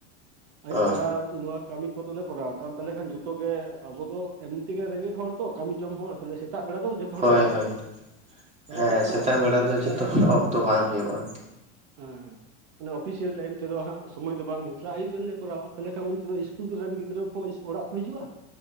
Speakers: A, on the right; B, on the right.
A: ᱟᱹᱭᱩᱵ
B: ᱚ
A: ᱵᱮᱲᱟ ᱱᱚᱣᱟ ᱠᱟᱹᱢᱤ ᱠᱚᱫᱚᱞᱮ ᱠᱚᱨᱟᱣ, ᱠᱟᱱ ᱛᱟᱦᱚᱞᱮ ᱠᱷᱟᱱ ᱡᱷᱚᱛᱚ ᱜᱮ, ᱟᱵᱚ ᱫᱚ ᱮᱢᱱᱤᱛᱮᱜᱮ ᱨᱮᱸᱜᱮᱡ ᱦᱚᱲ ᱛᱚ ᱠᱟᱹᱢᱤ ᱡᱚᱝ ᱦᱚᱲ ᱛᱟᱦ <unintelligible> ᱥᱮᱛᱟᱜ ᱵᱮᱲᱟ ᱫᱚ ᱡᱷᱚᱛᱚ ᱦᱚᱲ
B: ᱦᱳᱭ
A: ᱫᱚ ᱵᱟᱵᱚᱱ
B: ᱦᱳᱭ
A: ᱥᱚᱢᱚᱭ, ᱛᱟᱦᱚᱞᱮ
B: ᱦᱮᱸ
A: ᱠᱷᱟᱜ ᱚᱱᱟ
B: ᱥᱮᱛᱟᱜ
A: ᱚᱠᱛᱚ
B: ᱵᱮᱲᱟ
A: ᱠᱟᱛᱮᱜ
B: ᱫᱚ
A: ᱜᱮ
B: ᱡᱚᱛᱚ
A: ᱟᱞᱮ ᱦᱚᱸ
B: ᱚᱠᱛᱚ ᱵᱟᱝ ᱦᱩᱭᱩᱜᱼᱟ
A: ᱦᱮᱸ ᱦᱮᱸ ᱚᱲᱟ ᱚᱯᱷᱤᱥᱤᱭᱟᱞ ᱴᱟᱭᱤᱢ ᱛᱮᱫᱚ ᱦᱟᱸᱜ ᱥᱚᱢᱚᱭ ᱫᱚ ᱵᱟᱝ ᱦᱩᱭᱩᱜ ᱛᱟᱭᱡᱚᱲᱚ ᱠᱚᱨᱟᱣᱟ ᱛᱟᱦᱚᱞᱮ ᱠᱷᱟᱱ ᱩᱱᱛᱮ ᱫᱚ ᱤᱥᱠᱩᱞᱨᱮᱱ ᱜᱤᱫᱽᱨᱟᱹ ᱠᱚ ᱤᱥ ᱚᱲᱟᱜ ᱠᱚ ᱦᱤᱡᱩᱜᱼᱟ᱾